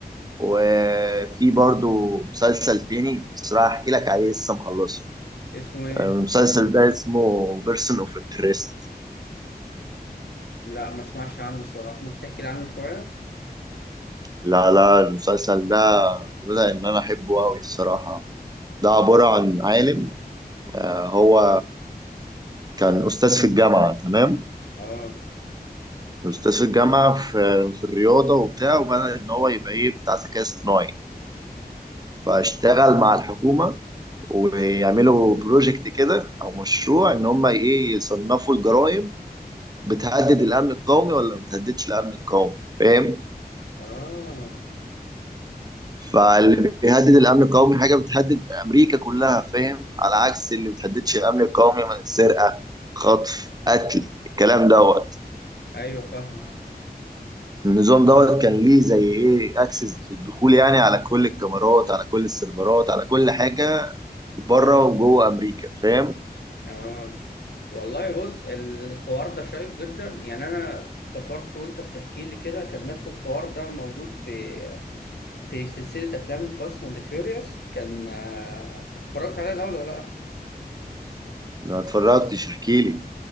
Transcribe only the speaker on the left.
اسمه إيه؟
لا ما اسمعش عنه الصراحة ممكن تحكي لي عنه شوية
اه
اه
ايوه فاهمك
اه والله بص الحوار ده شيق جدا يعني انا افتكرت وانت بتحكي لي كده كان نفس الحوار ده موجود في في سلسلة افلام فاست اند فيوريوس كان آه، اتفرجت عليها الاول ولا لا